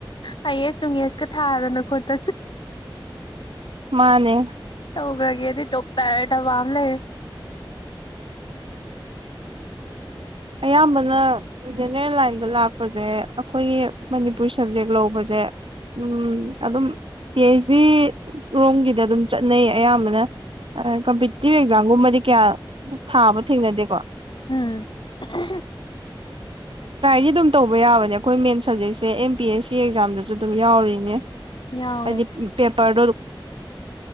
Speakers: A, on the left; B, on the right.
A: ꯑꯥꯢ ꯌꯦꯁ ꯅꯨꯡꯌꯦꯁꯀ ꯊꯥꯗꯅ ꯈꯣ <unintelligible>
B: ꯃꯥꯅꯦ
A: ꯇꯧꯒ꯭ꯔꯒꯦ ꯑꯗꯨ ꯗꯣꯛꯇꯔ ꯇꯝꯕ ꯑꯝ ꯂꯩꯔꯦ
B: ꯑꯌꯥꯝꯕꯅ ꯖꯦꯅꯦꯔꯦꯜ ꯂꯥꯏꯟꯗ ꯂꯥꯛꯄꯁꯦ ꯑꯩꯈꯣꯏꯒꯤ ꯃꯅꯤꯄꯨꯔꯤ ꯁꯕꯖꯦꯛ ꯂꯧꯕꯖꯦ ꯎꯝ ꯑꯗꯨꯝ ꯄꯤ ꯑꯩꯆ ꯗꯤ ꯔꯣꯝꯒꯤꯗ ꯑꯗꯨꯝ ꯆꯠꯅꯩ ꯑꯌꯥꯝꯕꯅ ꯑꯥ ꯀꯝꯄꯤꯇꯤꯇꯤꯚ ꯑꯦꯛꯖꯥꯝꯒꯨꯝꯕꯗꯤ ꯀꯌꯥ ꯊꯥꯕ ꯊꯦꯡꯅꯗꯦꯀꯣ
A: ꯎꯝ <unintelligible>
B: ꯇ꯭ꯔꯥꯏꯗꯤ ꯑꯗꯨꯝ ꯇꯧꯕ ꯌꯥꯕꯅꯦ ꯑꯩꯈꯣꯏ ꯃꯦꯟ ꯁꯕꯖꯦꯛꯁꯦ ꯑꯦꯝ ꯄꯤ ꯑꯦꯁ ꯁꯤ ꯑꯦꯛꯖꯥꯝꯗꯁꯨ ꯑꯗꯨꯝ ꯌꯥꯎꯔꯤꯅꯦ
A: ꯌꯥꯎꯋꯦ
B: ꯍꯥꯏꯗꯤ ꯄꯦꯄꯔꯗꯣ